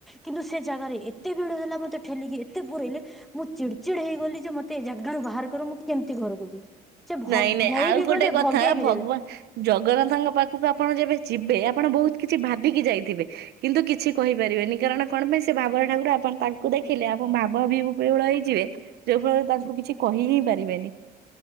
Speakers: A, in the centre; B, on the right (about 75°).
A: କିନ୍ତୁ ସେ ଜାଗାରେ ଏତେ ଭିଡ ହେଲା ମତେ ଠେଲିକି ଏତେ ପୁର ହେଇଲେ ମୁଁ ଚିଡ ଚିଡ ହେଇଗଲି ଯେ ମତେ ତେ ଜାଗାରୁ ବାହାର କର ମୁଁ କେମିତି ଘରକୁ ଯିବି ସେ ଭ
B: ନାଇଁ ନାଇଁ
A: ନେଇ
B: ଆଉ
A: ବିି
B: ଗୋଟେ
A: ଗଲେ
B: କଥା
A: ଭଗେଇ ବି
B: ଭଗବାନ
A: ଦେଲେ।
B: ଜଗନ୍ନାଥଙ୍କ ପାଖକୁ ଆପଣ ଯେବେ ଯିବେ ଆପଣ ବହୁତ କିଛି ଭାବିକି ଯାଇଥିବେ କିନ୍ତୁ କିଛି କହିପାରିବେନି କାରଣ କଣ ପାଇଁ ସେ ଭାବର ଠାକୁର ଆପଣ ତାଙ୍କୁ ଦେଖୀ ଥିଲେ ଆପ ଭାବ ବିହୁ ବିହୁଳ ହେଇଯିବେ ଯୋଉ ଫଳରେ ତାଙ୍କୁ କିଛି କହି ହିଁ ପାରିବେନି।